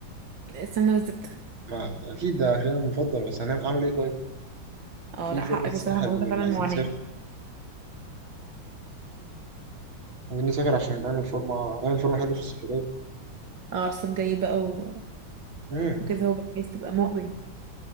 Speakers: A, on the right (about 70°); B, on the right (about 85°).
A: السمنه والزبده
B: ما اكيد ده عشان المفضل بس هنعمل اعمل ايه طيب
A: <laughs> اه
B: في
A: لا
B: فورمه
A: حقك
B: الساحل
A: بصراحه الموضوع ده فعلا
B: وعايزين
A: معاناه
B: نسافر عايزين نسافر عشان نعمل فورمه نعمل فورمه حلوه في السفريه
A: اه الصيف جاي بقى و-
B: امم
A: وكده هو بقى عايز تبقى مغري